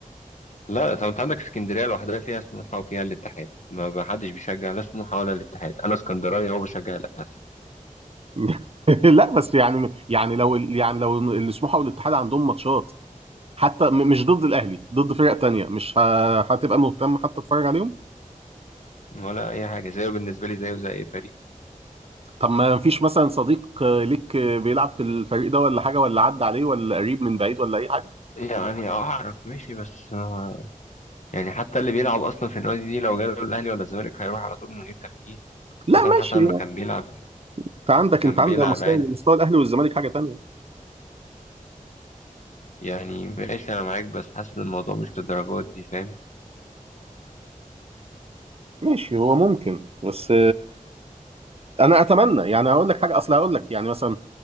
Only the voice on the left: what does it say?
لا طب انت عندك اسكندريه لوحدها فيها سموحه وفيها الاتحاد ما ما حدش بيشجع لا سموحه ولا الاتحاد انا اسكندراني هو بشجع الاهلي
ولا اي حاجه زيه بالنسبه لي زيه زي اي فريق
يعني اعرف ماشي بس آه، يعني حتى اللي بيلعب اصلا في النادي دي لو جاله الاهلي ولا الزمالك هيروح على طول من غير تفكير
حسام
حسن ما كان بيلعب
كان
بيلعب
عادي
يعني ماشي انا معاك بس حاسس ان الموضوع مش للدرجات دي فاهم